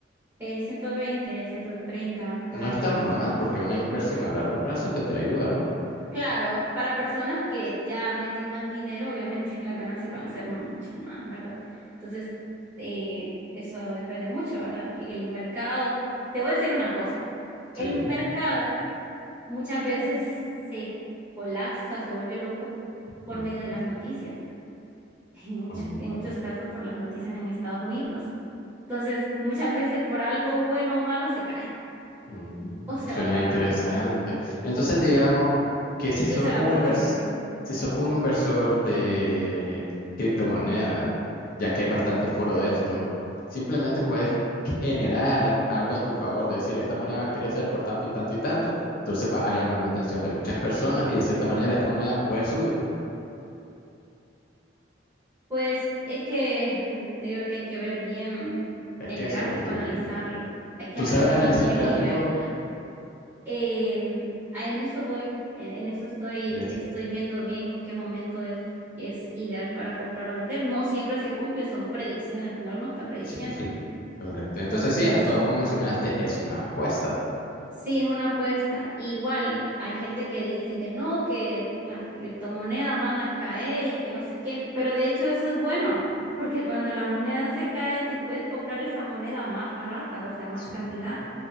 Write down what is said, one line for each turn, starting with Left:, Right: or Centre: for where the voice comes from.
Right: eh, 120, 130 por
Left: No
Right: ahí.
Left: está mal, porque es una inversión a largo plazo que te ayuda, ¿no?
Right: Claro, para personas que ya meten más dinero, obviamente <laughs> las ganancias van a ser mucho más, ¿verdad? Entonces, eh, eso depende mucho, ¿verdad? Que el mercado, te voy a decir una cosa,
Left: Sí,
Right: el
Left: dime.
Right: mercado muchas veces <laughs> se colapsa, se vuelve loco por
Left: Ujú,
Right: medio de las noticias, <laughs> en muchos,
Left: ujú.
Right: en muchos casos por las noticias en Estados Unidos. Entonces, muchas veces por algo bueno o malo se cae
Left: Mm,
Right: <laughs> o se
Left: suena
Right: va para
Left: interesante.
Right: arriba,
Left: Entonces, digamos que si
Right: incluso
Left: sos
Right: la
Left: un
Right: bolsa
Left: invers-
Right: también.
Left: si sos un inversor de criptomoneda, ya que hay bastante foro de esto, simplemente puedes generar algo a tu favor, de decir, esta moneda va a crecer por tanto y tanto y tanto, entonces va a llamar la atención de muchas personas y de cierta manera esta moneda puede subir.
Right: Pues es que mm, te digo que hay que ver bien
Left: Es
Right: el
Left: que hacer
Right: gráfico,
Left: un estudio.
Right: analizarlo, hay que
Left: ¿Tú
Right: analizarlo
Left: sabes analizar
Right: muy bien
Left: gráficos?
Right: y ver. En, ah, en eso voy, en, en eso estoy,
Left: Es-
Right: estoy viendo bien en qué momento es, es ideal para comprar o vender. No siempre se cumple, son predicciones, al final uno está prediciendo.
Left: Sí, sí. Correcto.
Right: Entonces,
Left: Entonces, sí, a todo como mencionaste, es una apuesta.
Right: Sí, es una apuesta. Igual hay gente que dice que no, que las criptomonedas van a caer y que no sé qué, pero de hecho eso es bueno, porque cuando la moneda se cae, tú puedes comprar esa moneda más barata, o sea, más
Left: Sí.
Right: cantidad.